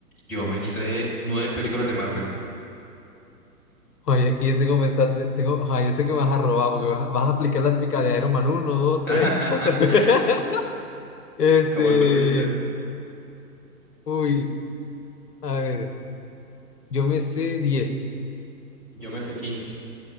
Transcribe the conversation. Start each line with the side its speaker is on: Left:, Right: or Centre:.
Centre: Yo me sé nueve películas de Marvel.
Left: Oye, aquí ya tengo pensado, te- tengo, ay, yo sé que me vas a robar porque vas, vas a aplicar la típica de Iron Man 1, 2,
Centre: <laughs>
Left: 3, 4. <laughs> Este,
Centre: ¿Cómo supiste?
Left: uy, a ver, yo me sé diez.
Centre: Yo me sé quince.